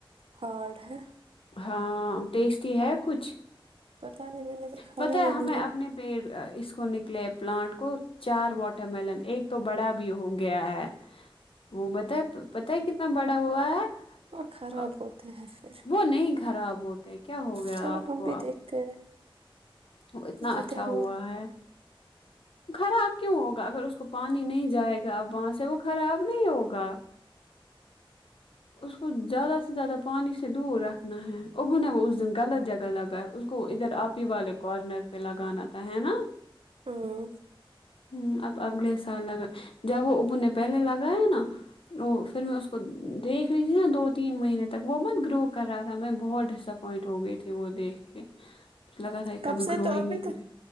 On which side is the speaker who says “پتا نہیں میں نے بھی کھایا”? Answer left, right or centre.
Right